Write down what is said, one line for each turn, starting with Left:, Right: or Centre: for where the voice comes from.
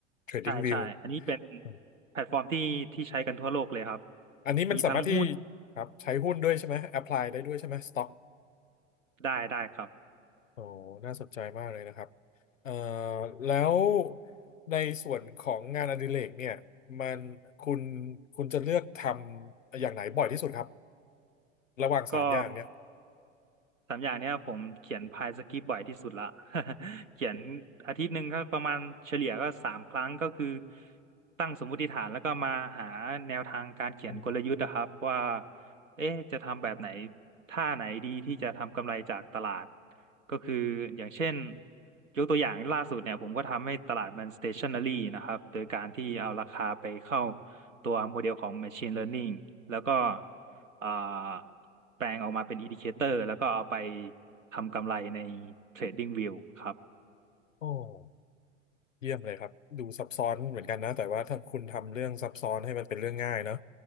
Left: TradingView
Right: ใช่ใช่อันนี้เป็น
Left: อม
Right: แพลตฟอร์มที่ที่ใช้กันทั่วโลกเลยครับ
Left: อันนี้มันสามารถที่
Right: มีทั้งหุ้น
Left: ครับใช้หุ้นด้วยใช่ไหม apply ได้ด้วยใช่ไหม stock
Right: ได้ได้ครับ
Left: โอ้น่าสนใจมากเลยนะครับเอ่อแล้วในส่วนของงานอดิเรกเนี่ยมันคุณคุณจะเลือกทำอย่างไหนบ่อยที่สุดครับ ระหว่างสามอย่างเนี่ย
Right: ก็ สามอย่างเนี้ยผมเขียนพายสคริปต์บ่อยที่สุดละ <laughs> เขียนอาทิตย์หนึ่งก็ประมาณเฉลี่ยก็สามครั้งก็คือตั้งสมมุติฐานแล้วก็มาหาแนวทางการเขียนกลยุทธ์นะครับว่า
Left: โอ้
Right: เอ๊ะจะทำแบบไหนท่าไหนดีที่จะทำกำไรจากตลาดก็คืออย่างเช่นยกตัวอย่างล่าสุดเนี่ยผมก็ทำให้ตลาดมัน stationary นะครับโดยการที่เอาราคาไปเข้าตัวโมเดลของ machine learning แล้วก็อ่า แปลงออกมาเป็น indicator แล้วก็เอาไปทำกำไรใน Trading View ครับ
Left: โห เยี่ยมเลยครับ ดูซับซ้อนเหมือนกันนะแต่ว่าถ้าคุณทำเรื่องซับซ้อนให้มันเป็นเรื่องง่ายเนาะ